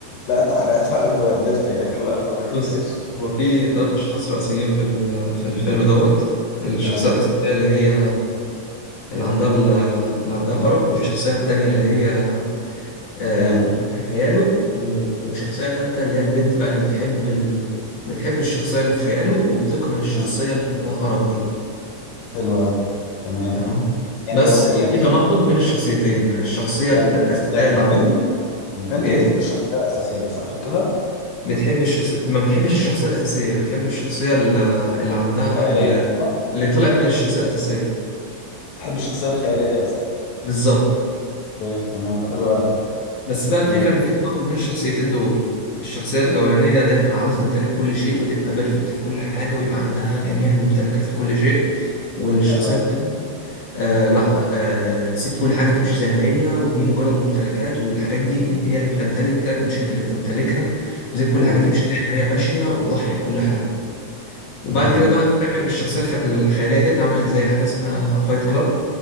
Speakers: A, on the left (about 70°); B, on the left (about 50°).
A: لا انت حرقت على قد ما قدرت يا اخر لقطة طيب
B: بص
A: ماشي
B: هو في ثلاث أشخاص رئيسيين في ال- في الفيلم دوت الشخصية
A: تمام
B: الأساسية اللي هي اللي عندها ال- اللي عندها الأرق والشخصية التانية اللي هي آه،
A: تمام
B: م- في خياله و- وشخصية تالتة اللي هي البنت بقى اللي بتحب ال... بتحب الشخصية اللي في خياله وبتكره الشخصية
A: مم.
B: اللي عندها الأرق دي
A: حلو قوي تمام
B: تمام
A: يعني
B: بس
A: يو...
B: في
A: يعني
B: تناقض بين الشخصيتين يعني الشخصية ال-
A: يعني
B: الأساسية
A: يعني
B: اللي عندها
A: البنت البنت
B: إيه
A: بتحب الشخصية الأساسية صح كده؟
B: بتحب الشخصية ما بتحبش الشخصية الأساسية بتحب الشخصية ال- اللي عندها
A: خيالية
B: ال-
A: صح؟
B: اللي طلعت من الشخصية الأساسية
A: بتحب الشخصية الخيالية أصلا
B: بالظبط
A: أوكي تمام حلوة
B: آه،
A: أوي
B: بس بقى الفكرة
A: مم،
B: إن في تناقض بين الشخصيتين دول الشخصية الأولانية ديت عاوزة تمتلك كل شيء وتبقى بيرفكت في كل حاجة ويبقى عندها جميع الممتلكات في كل شيء والشخصية
A: حلوة أوي.
B: التانية آه لا آه سيب كل حاجة تمشي زي ما هي ودي مجرد ممتلكات والحاجات دي إن- هي اللي بتمتلكك مش أنت اللي بتمتلكها وسيب كل
A: مم،
B: حاجة تمشي زي ما هي ماشية وضحي بكل حاجة وبعد
A: جميل
B: كده بقى في الآخر الشخصية الخ- الخيالية ديت عملت زي حاجة اسمها فايت كلاب